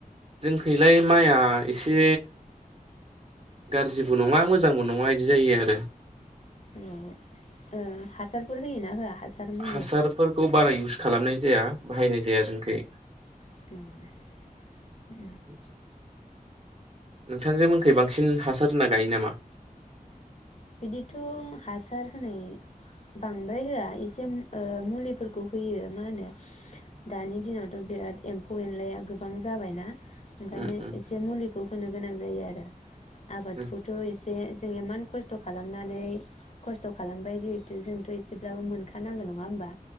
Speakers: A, on the right (about 40°); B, on the left (about 50°).
A: जोंखैलाय माइआ एसे गाज्रिबो नङा मोजांबो नङा बिदि जायो आरो।
B: औ ओ हासारफोर होयोना होआ हासार मुलि
A: हासारफोरखौ बारा इउस खालामनाय जाया। बाहायनाय जाया जोंखै
B: <inaudible>
A: <inaudible> नोंथांजोमोनखै बांसिन हासार होना गायो नामा?
B: बिदिथ' हासार होनाय बांद्राय होआ एसे ओ मुलिफोरखौ होयो मा होनो दानि दिनावथ' बिराद एम्फौ एनलाया गोबां जाबायना ओंखायनो
A: उम उम
B: एसे मुलिखौ होनो गोनां जायो आरो। आबादखौथ'
A: उम
B: एसे से जों इमान खस्थ' खालामनानै खस्थ' खालामबाय जिहेतु जोंथ' इसे ब्लाबो मोनखानांगोन नङा होमबा?